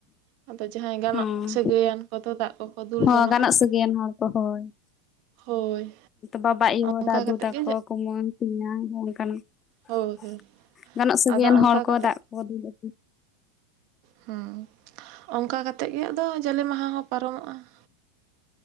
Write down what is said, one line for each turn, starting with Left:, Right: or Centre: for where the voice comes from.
Right: ᱟᱫᱚ ᱡᱟᱦᱟᱸᱭ ᱜᱟᱱᱚᱜ
Left: ᱦᱮᱸ
Right: ᱥᱟᱹᱜᱟᱹᱭᱟᱱ ᱠᱚᱫᱚ ᱫᱟᱜ ᱠᱚᱠᱚ ᱫᱩᱞ
Left: ᱦᱚᱸ
Right: ᱡᱚᱱᱚᱜᱼᱟ
Left: ᱜᱟᱱᱚᱜ ᱥᱟᱹᱭᱟᱱ ᱦᱚᱲ ᱠᱚ ᱦᱳᱭ ᱾
Right: ᱦᱳᱭ
Left: ᱵᱟᱵᱟ ᱟᱭᱳ
Right: ᱚᱱᱠᱟ
Left: ᱫᱟᱫᱩ
Right: ᱠᱟᱛᱮᱫ
Left: ᱛᱟᱠᱚ
Right: ᱜᱮ
Left: ᱠᱩᱢᱟᱝ ᱛᱮᱧᱟᱝ ᱦᱚᱸ ᱚᱱᱠᱟᱱ
Right: ᱦᱳᱭ
Left: ᱾
Right: ᱦᱳᱭ
Left: ᱜᱟᱱᱚᱜ ᱥᱟᱜᱟᱭᱟᱱ
Right: ᱟᱫᱚ ᱚᱱᱠᱟ
Left: ᱦᱚᱲ ᱠᱚ
Right: ᱠᱟᱛᱮᱫ
Left: ᱫᱟᱜ ᱠᱚ ᱫᱩᱞᱛᱩ ᱾
Right: ᱦᱮᱸ ᱚᱱᱠᱟ ᱠᱟᱛᱮᱜ ᱜᱮ ᱟᱫᱚ ᱡᱟᱞᱮ ᱢᱟᱦᱟ ᱦᱚᱸ ᱯᱟᱨᱚᱢᱚᱜ-ᱟ ᱾